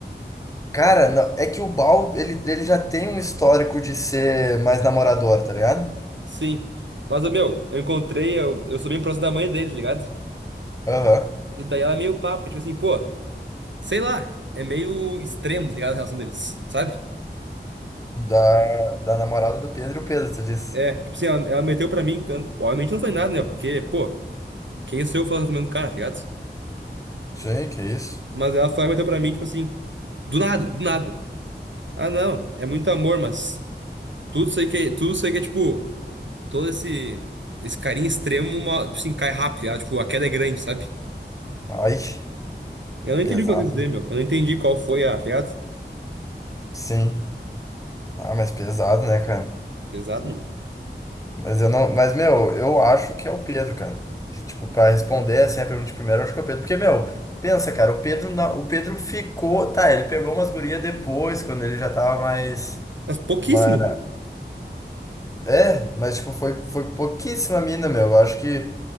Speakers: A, on the left (about 15°); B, on the right (about 80°).
A: Cara, não- é que o Bal, ele, ele já tem um histórico de ser mais namorador, tá ligado?
B: Sim. Mas, ô, meu, eu encontrei, eu, eu sou bem próximo da mãe deles, ligado?
A: Aham.
B: E daí ela é meio papo, porque, tipo assim, pô. Sei lá, é meio extremo, tá ligado? A relação deles, sabe?
A: Da, da namorada do Pedro e o Pedro, tu disse.
B: É, tipo assim, ela, ela meteu pra mim, tanto. Obviamente não foi nada, né? Porque, pô, quem sou eu falando também do cara, tá ligado?
A: Sim, que isso?
B: Mas ela foi e meteu pra mim, tipo assim, do nada, do nada. Ah, não, é muito amor, mas tudo isso aí que é, tudo isso aí que é, tipo, todo esse, esse carinho extremo, uma, tipo assim, cai rápido, tá ligado? Tipo, a queda é grande, sabe?
A: Ai,
B: Eu
A: ai,
B: não
A: pesado.
B: entendi o que ela quis dizer, meu. Eu não entendi qual foi a, tá ligado?
A: Sim. Ah, mas pesado, né, cara?
B: Pesado, meu.
A: Mas eu não. Mas, meu, eu acho que é o Pedro, cara. Que, tipo, pra responder assim a pergunta de primeiro, eu acho que é o Pedro. Porque, meu, pensa, cara, o Pedro, na- o Pedro ficou. Tá, ele pegou umas gurias depois, quando ele já tava mais.
B: Mas pouquíssimo,
A: mais...
B: meu.
A: É, mas, tipo, foi, foi pouquíssima mina, meu. Eu acho que